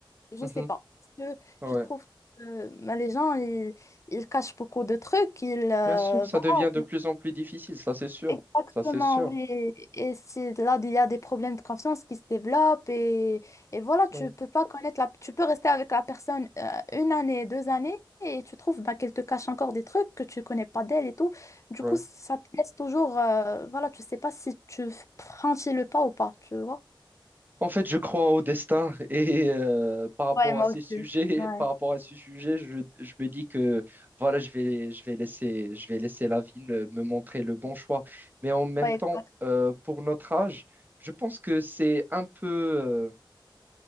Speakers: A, on the left; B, on the right.
A: je
B: Mhm.
A: sais pas. Parce que
B: Ouais.
A: je trouve que euh, bah, les gens, ils, ils cachent beaucoup de trucs. Ils, euh,
B: Bien sûr, ça
A: voilà,
B: devient de plus en plus difficile, ça c'est sûr.
A: Exactement,
B: Ça c'est sûr.
A: oui. Et c'est là, il y a des problèmes de confiance qui se développent et, et voilà,
B: Oui.
A: tu peux pas connaître la, tu peux rester avec la personne euh, une année, deux années et tu trouves bah, qu'elle te cache encore des trucs que tu connais pas d'elle et tout. Du
B: Ouais.
A: coup, ça te laisse toujours, euh, voilà, tu sais pas si tu franchis le pas ou pas, tu vois.
B: En fait, je crois au destin et euh, par rapport
A: Ouais, moi
B: à ces
A: aussi.
B: sujets,
A: Ouais,
B: <laughs> par rapport à ces sujets, je, je me dis que voilà, je vais, je vais laisser, je vais laisser la vie me me montrer le bon choix. Mais en même
A: ouais,
B: temps,
A: exact.
B: euh, pour notre âge, je pense que c'est un peu, euh,